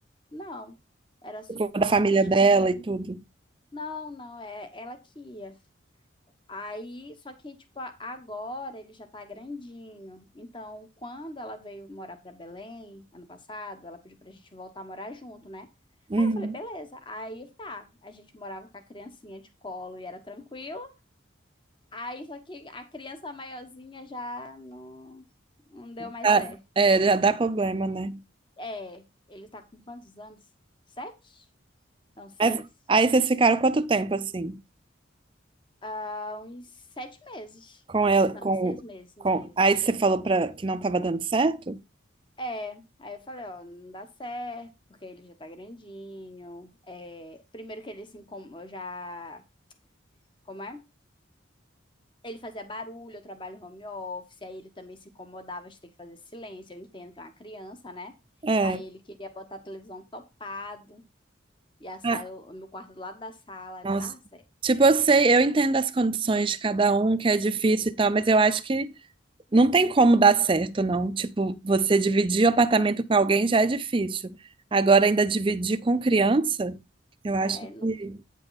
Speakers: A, on the left; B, on the right.
A: Não, era só
B: Tipo, da família
A: praticamente.
B: dela
A: um,
B: e tudo.
A: Não, não, é ela que ia. Aí, só que, tipo, a- agora ele já tá grandinho. Então, quando ela veio morar pra Belém, ano passado, ela pediu pra gente voltar a morar junto, né?
B: Uhum.
A: Aí eu falei, beleza. Aí, tá, a gente morava com a criancinha de colo e era tranquilo. Aí, só que a criança maiorzinha já não, não deu mais
B: Tá,
A: certo.
B: é, já dá problema, né?
A: É, ele tá com quantos anos? Sete? Não, seis?
B: Mas aí vocês ficaram quanto tempo assim?
A: Ah, uns sete meses.
B: Com ela,
A: Não,
B: com,
A: seis meses, seis
B: com...
A: meses.
B: Aí você falou para que não estava dando certo?
A: É, aí eu falei, ó, não dá certo, porque ele já tá grandinho. É, primeiro que ele se incomodava, já, como é? Ele fazia barulho, eu trabalho home office, aí ele também se incomodava de ter que fazer silêncio, eu entendo que é uma criança, né?
B: É.
A: Aí ele queria botar a televisão topado, e a sala,
B: Ah,
A: o meu quarto do lado da sala,
B: nossa.
A: não dá certo.
B: Tipo, eu sei, eu entendo as condições de cada um, que é difícil e tal, mas eu acho que Não tem como dar certo, não. Tipo, você dividir o apartamento com alguém já é difícil. Agora, ainda dividir com criança, eu acho
A: É, não
B: que,